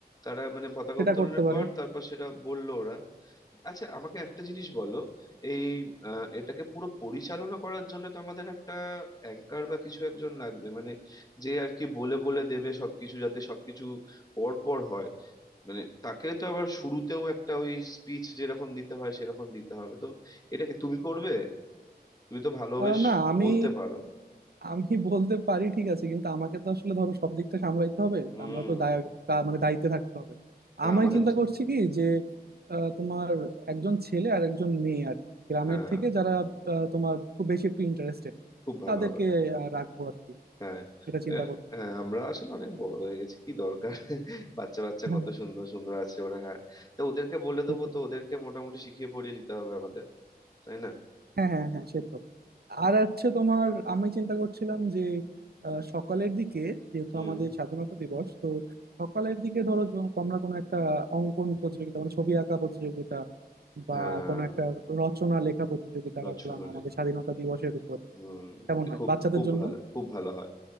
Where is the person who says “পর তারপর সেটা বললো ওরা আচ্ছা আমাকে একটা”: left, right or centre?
Left